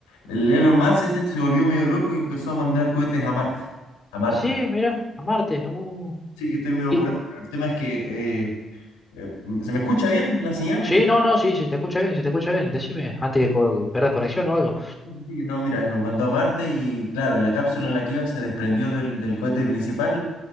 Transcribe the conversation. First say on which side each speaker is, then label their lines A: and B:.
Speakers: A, on the left (about 75°); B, on the left (about 15°).
A: el Elon Musk este se volvió medio loco y empezó a mandar cohetes a Marte. A Marte.
B: Sí, mira, a Marte. Uh.
A: Sí, que estoy medio apurado,
B: Y,
A: pero el tema es que eh, eh, se me escucha bien la señal.
B: sí,
A: Es que,
B: no, no, sí, sí, te escucha bien, se te escucha bien. Decime, antes que co- perdas conexión o algo.
A: sí, sí, sí, no, mira, nos mandó a Marte y claro, y la cápsula en la que iba se desprendió del, del cohete principal